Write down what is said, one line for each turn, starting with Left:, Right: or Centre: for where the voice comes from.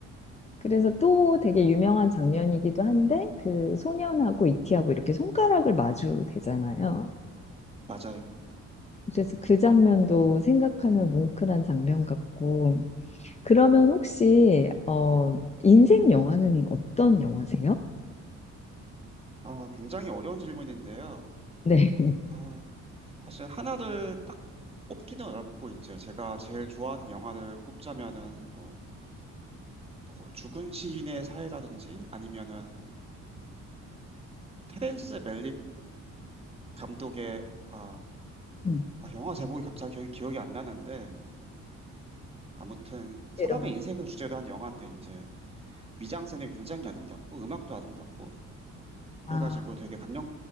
Left: 그래서 또 되게 유명한 장면이기도 한데 그 소년하고 이티하고 이렇게 손가락을 마주 대잖아요.
Right: 맞아요.
Left: 그래서 그 장면도 생각하면 뭉클한 장면 같고 그러면 혹시 어 인생 영화는 어떤 영화세요?
Right: 아 굉장히 어려운 질문인데요.
Left: <laughs> 네.
Right: 아, 사실 하나를 딱 꼽기는 어렵고, 이제 제가 제일 좋아하는 영화를 꼽자면은, 뭐, 뭐 죽은 시인의 사회라든지, 아니면은, 테렌스 멜릭 감독의, 아,
Left: 음,
Right: 아, 영화 제목이 갑자기 기억이, 기억이 안 나는데, 아무튼, 사람의
Left: 이런 거.
Right: 인생을 주제로 한 영화인데, 이제, 미장센이 굉장히 아름답고, 음악도 아름답고,
Left: 아,
Right: 해가지고 되게 감명